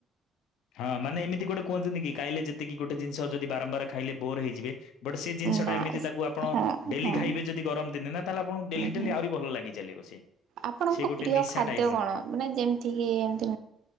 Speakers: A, on the left; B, on the right.
A: ହଁ ମାନେ ଏମିତି ଗୋଟେ କୁହନ୍ତିନି କି ଖାଇଲେ ଯେତିକି ଗୋଟେ ଜିନିଷ ଯଦି ବାରମ୍ବାର ଖାଇଲେ ବୋର ହେଇଯିବେ। ବଟ ସେଇ ଜିନିଷଟା
B: ନା
A: ଏମିତି ତାକୁ ଆପଣ
B: ହଁ ହଁ ହୁଁ
A: ଡେଲି ଖାଇବେ ଯଦି ଗରମ ଦିନେ ନା ତାହଲେ ଆପଣଙ୍କୁ ଡେଲି
B: ହୁଁ।
A: ଡେଲି ଆହୁରି ଭଲ ଲାଗି ଚାଲିବ ସେ।
B: ଆପଣଙ୍କ
A: ସେ ଗୋଟେ
B: ପ୍ରିୟ
A: ନିଶା
B: ଖାଦ୍ୟ
A: ଟାଇପ
B: କଣ
A: ର।
B: ମାନେ ଯେମିତି କି ଏମତି